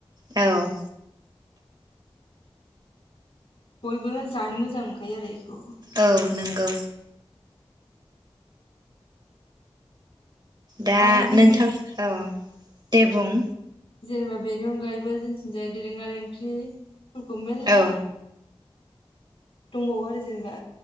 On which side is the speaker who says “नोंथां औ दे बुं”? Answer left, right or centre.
Right